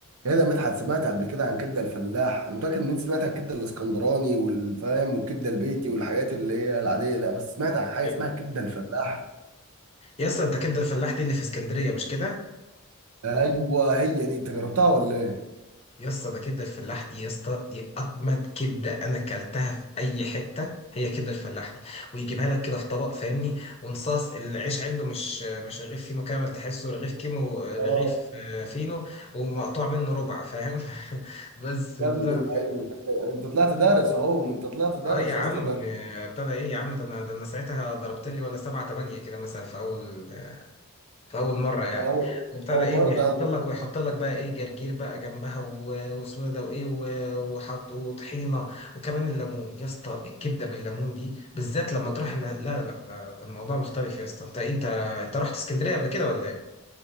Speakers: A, on the right; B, on the left.
A: يا ده مدحت سمعت قبل كده عن كبده الفلاح انا متاكد ان انت سمعت عن الكبده الاسكندراني والفام والكبده البيتي والحاجات اللي هي العاديه ده بس سمعت عن حاجه
B: يا
A: اسمها كبده الفلاح
B: اسطى انت كبده الفلاح دي اللي في اسكندريه مش كده
A: ايوه هي دي انت جربتها ولا ايه
B: يا اسطى ده كبده الفلاح دي يا اسطى دي اجمد كبده انا اكلتها في اي حته هي كبده الفلاح دي ويجيبها لك كده في طبق فاهمني ونصاص العيش عنده مش مش رغيف فينو كامل تحسه رغيف كيمو رغيف
A: اه
B: آه، فينو ومقطوع منه ربع فاهم <laughs> بس
A: يا
B: وبتاع
A: ابن اللعيبه انت أنت طلعت دارس اهو انت طلعت دارس
B: اه يا عم
A: يا اسطى ده
B: آه، ابتدى ايه يا عم ده انا ده انا ساعتها ضربت لي ولا سبعة تمانية كده مثلا في اول في اول مره يعني
A: في اول
B: وابتدى
A: اول
B: ايه
A: مره
B: ويحط
A: ده
B: لك ويحط لك بقى ايه جرجير بقى جنبها و- واسمه ده وايه و- وحط وطحينه وكمان الليمون يا اسطى الكبده بالليمون دي بالذات لما تروح إن- لا لا لا الموضوع مختلف يا اسطى انت انت انت رحت اسكندريه قبل كده ولا